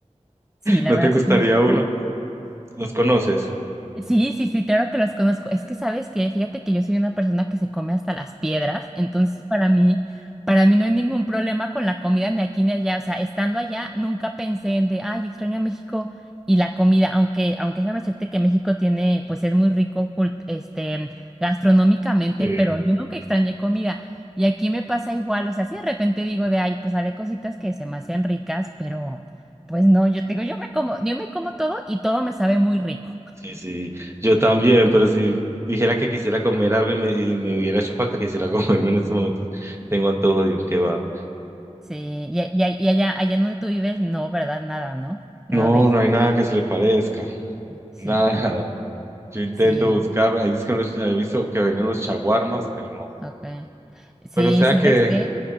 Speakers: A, in the centre; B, on the right.
A: Sí, la
B: ¿No
A: verdad
B: te gustaría
A: sí es muy extraño.
B: uno? ¿Los conoces?
A: Sí, sí, sí, claro que los conozco. Es que sabes que, fíjate que yo soy una persona que se come hasta las piedras, entonces para mí, para mí no hay ningún problema con la comida ni aquí ni allá. O sea, estando allá, nunca pensé en de, ay, extraño a México y la comida, aunque, aunque déjame decirte que México tiene, pues es muy rico, cult- este, gastronómicamente,
B: Sí,
A: pero yo nunca extrañé comida. Y aquí me pasa igual, o sea, si de repente digo de, ay, pues hay cositas que se me hacen ricas, pero pues no, yo te digo, yo me como, yo me como todo y todo me sabe muy rico.
B: sí, sí, yo también, pero si dijera que quisiera comer algo y me, y me hubiera hecho falta, quisiera <laughs> comerme en estos momentos, tengo antojo de un kebab.
A: Sí, y, a- y- a- y allá, allá en donde tú vives, no, ¿verdad? Nada, ¿no? Nada
B: No,
A: de eso.
B: no hay nada que se le parezca,
A: Sí,
B: nada,
A: ya.
B: nada. Yo intento
A: Sí,
B: buscar, ahí dice que unos- he visto que venden los chaguarmas, pero no.
A: ok. Sí,
B: Pero o sea
A: ¿sabes
B: que,
A: qué?